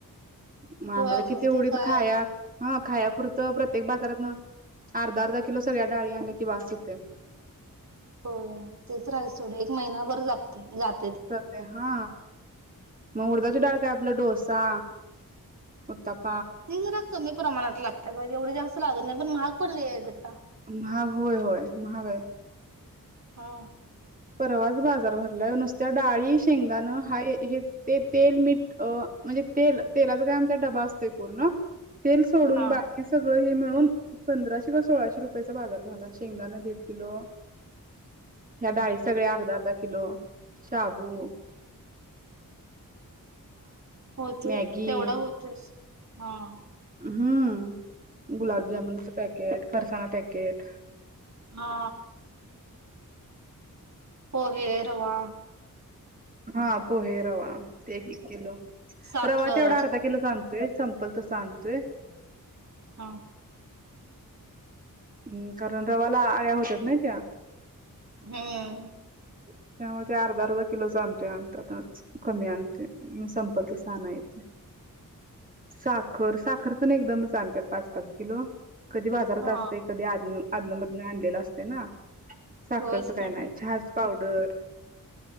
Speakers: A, on the right; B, on the right.
A: मग आम्हाला
B: होय अगं
A: किती उढत
B: ते काय
A: खाया ह खाया पुुरतं प्रत्येक बाजारात. अर्धा अर्धा किलो सगळ्या डाळ आणल्या की बस होते
B: हो तेच राहा थोड एक महिना बर जगते जात.
A: जाते हा मग उडदाची डाळ काय आपला डोसा उताप.
B: ति जरा कमी प्रमाणात लागतात ग एवढे जास्त लागत नाही पण महाग पण लय आहे ग त्या.
A: महाग होय होय महाग आहे
B: हा
A: परवाच बाजार भरलाय नुसत्या डाळी शेंगदाण हा हे ते तेल मीठ म्हणजे तेल तेलाचा काय आमचा डबा असतोय पूर्ण. तेल सोडून
B: हा
A: बाकी सगळं हेळ. पंधराशे कवा सोळाशे रुपयाचा बाजार झाला शेंगदाणा दीड किलो या्या डाळी सगळ्या अर्धा अर्धा किलो साबू
B: होत
A: मॅगी
B: तेवढं होतच हम
A: हम्म गुलाबजामुनचं पॅकेट परसाना पॅकेट
B: हा हो हेर वा
A: हा पोहे रवा ते एक किलो
B: साखर
A: रवा तेवढा अर्धा किलो चालतो य संपल त सगतोय
B: हा
A: हम्म कारण रवाला आळ्या होतात नाही त्या
B: हम्म
A: त्यामुळे ते अर्धा अर्धा किलोच आणतोय आणतात कमी आणते संपल तर सहाण येते साखर साखर पण एकदमच आणतात पाच पाच किलो कधी बाजारात
B: हा
A: असते कधी आदमी अजनमधन आणलेला असते ना साखस
B: होच
A: काय
B: का
A: नाही छ पावडर